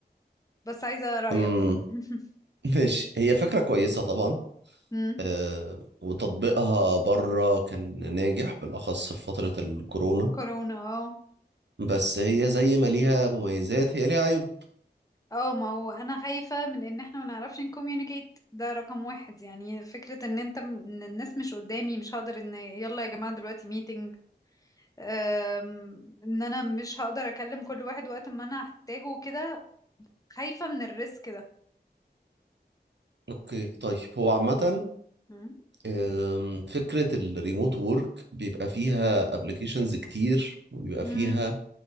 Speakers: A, on the left (about 20°); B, on the right (about 80°).
A: بس عايزة رأيك
B: امم
A: بقى <laughs>
B: <laughs> ماشي هي فكره كويسه طبعا
A: مم،
B: أه وتطبيقها بره كان ناجح بالاخص في فتره الكورونا
A: كورونا اه
B: بس هي زي ما ليها مميزات هي ليها عيوب
A: اه ما هو انا خايفة من ان احنا ما نعرفش نكوميونيكيت ده رقم واحد يعني فكرة ان انت م- ان الناس مش قدامي مش هقدر ان يلا يا جماعة دلوقتي meeting أم، ان انا مش هقدر اكلم كل واحد وقت ما انا هحتاجه وكده خايفة من الريسك ده
B: اوكي طيب هو عامه
A: مم.
B: آم، فكره الريموت وورك بيبقى فيها ابلكيشنز كتير وبيبقى
A: امم
B: فيها